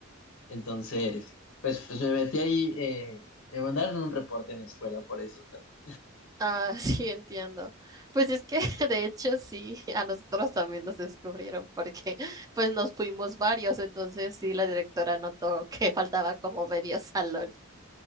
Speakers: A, on the left; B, on the right.
A: entonces, pues, pues me metí ahí, eh, me mandaron un reporte en la escuela por eso también.
B: Ah, <laughs> sí, entiendo. Pues es que <laughs> de hecho sí, a nosotros también nos descubrieron porque pues nos fuimos varios, entonces sí, la directora notó que <laughs> faltaba como medio salón.